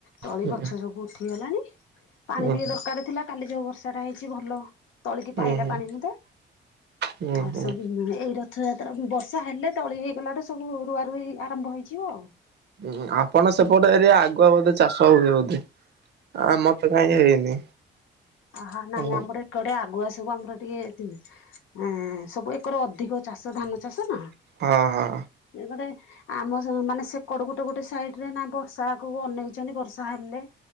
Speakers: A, on the left; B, on the right.
A: ତଳି
B: ହୁଁ
A: ଗଛ ସବୁ ଉଠିଗଲାଣି। ପାଣି
B: ହୁଁ।
A: ଟିକେ ଦରକାର ଥିଲା। କାଲି ଯୋଉ ବର୍ଷା ଟା ହେଇଛି ଭଲ ତଳିକି
B: ହୁଁ
A: ପାଇଲା
B: ହୁଁ
A: ପାଣି ମୁଦେ।
B: ହୁଁ
A: ଆଉ
B: ହୁଁ
A: ସବୁ ଏଇରା ରଥଯାତ୍ରା ବର୍ଷା ହେଲେ ତଳି ହେଇଗଲାଠୁ ସବୁ ରୁଆ ରୁଇ ଆରମ୍ଭ ହେଇଯିବ ଆଉ।
B: ହଁ ଆପଣ ସେପଟେ ଏରିଆ ଆଗୁଆ ବୋଧେ ଚାଷ ହୁଏ ବୋଧେ? ହଁ ଆମର ତ କାହିଁ ହେଇନି।
A: ଆହା, ନାଇଁ
B: ହଁ
A: ଆମର ଏଆଡେ ଆଗୁଆ ସବୁ ଆମର ଟିକେ ଆ-ସବୁ ଆଙ୍କର ଅଧିକ ଚାଷ ଧାନ ଚାଷ ନା,
B: ହଁ ହଁ
A: ଏକରେ ଆମ ସେ ମାନେ ସେକଡୁ ଗୋଟେ ଗୋଟେ, ସାଇଡ୍ ରେ ନା ବର୍ଷାକୁ ଅନେଇଛନ୍ତି ବର୍ଷା ହେଲେ